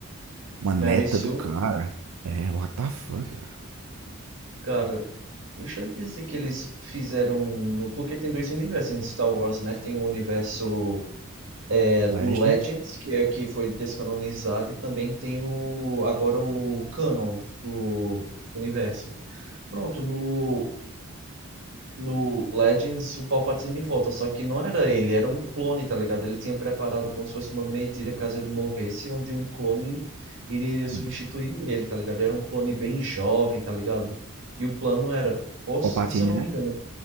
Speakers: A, on the right; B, on the right.
A: uma neta
B: Mary Sue,
A: do cara. É, what the fuck, cara.
B: Cara, deixa eu dizer que eles fizeram. no- Porque tem dois universos em Star Wars, né? Tem o universo. é,
A: Legends.
B: o Legends, que é que foi descanonizado, e também tem o. Agora o Canon do universo. Pronto, no no Legends, o Palpatine volta, só que não era ele, era um clone, tá ligado? Ele tinha preparado como se fosse uma medida caso ele morresse, onde um clone iria
A: Hum,
B: substituir ele, tá ligado? Era um clone bem jovem, tá ligado? E o plano era, posso-
A: Palpatine,
B: se eu não
A: né.
B: me engano,